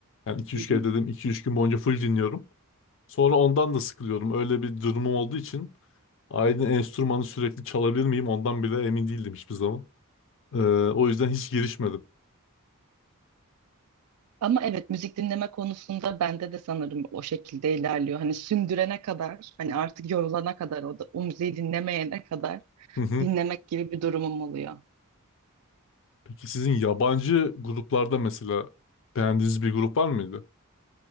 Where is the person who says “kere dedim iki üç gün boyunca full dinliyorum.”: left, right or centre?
Left